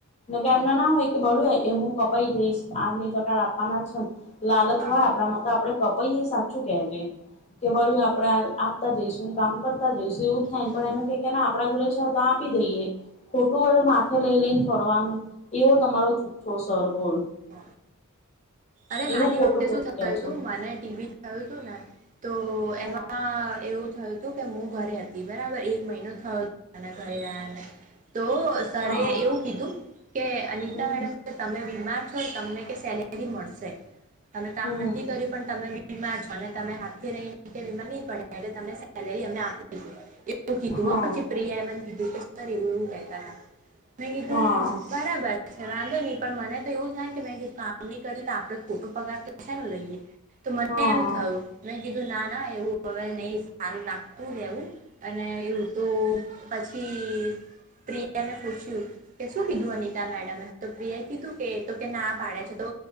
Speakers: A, on the left (about 30°); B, on the right (about 35°).
A: કે એમના નામ હોય કે બળ્યું એ હું કપાઈ જઈશ આજની ચકા આપવાના જ છ લાલચ
B: તો
A: હોય આપણામાં તો આપડે પ એ સાચું કે છે કે બળું આપડે આપતા જઈશું હું કામ કરતા જશ એવું થાયને
B: હમ
A: પણ એનેને આપણા જોડે છે તો આપી દઈએ ખોટું વ માથે લઈ લઈને ફનું એવો તમારો જુઠ્ઠો સર બોલ
B: હ અરે
A: એવું
B: મારી
A: ખોટું
B: વખતે
A: ખોટું
B: શું થયું
A: કે છે
B: તું મને ટીવી થયું તું ને તો તો
A: હા
B: એમાં એવું થયું હતું કે હું ઘરે હતી બરાબર એક મહિનો થયો ઘરે રહ્યાને તો સરારે
A: હા
B: એવું કીધું કે અનિતા
A: હમ
B: મેડમ તમે વીમાર છો તમને કે સેલેરી મળશે તમે કામ
A: હમ
B: નથી કર્યું પણ તમે બીમાર છો અને તમે હાથથી રહી ને કે વીમા નહી પડે એટલેમને સેલેરી અમને એવું કીધું
A: હા
B: પછી પ્રિયા એમને કીધું પછ સર એવું એવું કહેતા હતા મેં કીધું
A: હા
B: બરાબર છે વાંધો નહી પણ મને તો એવું થ ને કે મેં કીધું કામ નહી કર્યું તો આપ આપ ખોટું પગાર છે ને લઈએ તો મને
A: હા
B: એમ થયું કીધું ના ના એવું હવે નહી સારું લાગતુંેવું અને યું તો પછી પ્રિયાને પૂછ્યું કે શું કીધું અનિતા મેડમે તો પ્રિયા કીધું કે કે ના પાડે છે તો